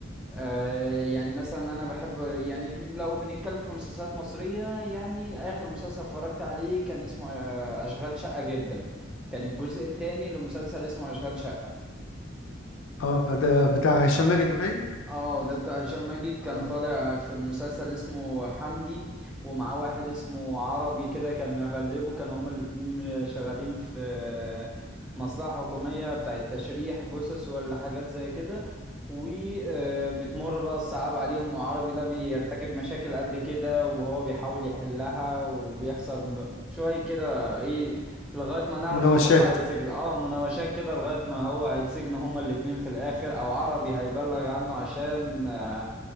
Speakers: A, in the centre; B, on the left.
A: آه، يعني مثلا انا بحب يعني لو بنتكلم في مسلسلات مصرية يعني اخر مسلسل اتفرجت عليه كان اسمه آه، اشغال شقة جدا كان الجزء الثاني لمسلسل اسمه اشغال شقة
B: آه ده بتاع هشام ماجد باين
A: اه ده بتاع هشام ماجد كان
B: اه
A: طالع في المسلسل اسمه حمدي ومعاه واحد اسمه عربي كده كان مغلبه كانوا هما الاتنين شغالين في مصلحة حكومية بتاعة تشريح جثث ولا حاجات زي كده وبتمر بقى الصعاب عليهم وعربي ده بيرتكب مشاكل قد كده وهو بيحاول يحلها وبيحصل ب- شوية كده ايه لغاية ما نعرف
B: مناوشات
A: هيتسجن اه مناوشات كده لغاية ما هو هيتسجنوا هما الاتنين في الآخر أو عربي هيبلغ عنه عشان آه،